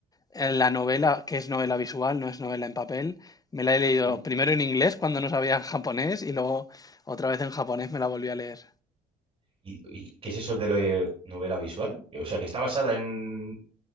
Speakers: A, on the left; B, on the right.
A: eh, la novela, que es novela visual, no es novela en papel. Me la he leído
B: ¿Mm?
A: primero en inglés cuando no sabía japonés y luego otra vez en japonés me la volví a leer.
B: ¿Y, y qué es eso de la novela visual? O sea, que está basada en,